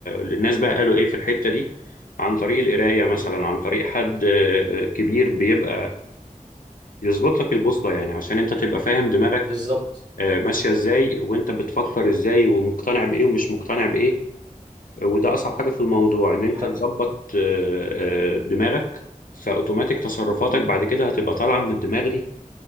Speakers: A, on the left; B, on the right.
A: للناس بقى قالوا ايه في الحتة دي عن طريق القراية مثلا
B: مم.
A: عن طريق حد آه، آه، كبير بيبقى يظبط لك البوصلة يعني عشان انت تبقى فاهم دماغك
B: بالظبط
A: آه، ماشية ازاي وانت بتفكر ازاي ومقتنع بايه ومش مقتنع بايه وده اصعب حاجة في الموضوع ان انت
B: دي حقيقة
A: تظبط آه، آه، دماغك فاوتوماتيك تصرفاتك
B: مم.
A: بعد كده هتبقى طالعة من الدماغ دي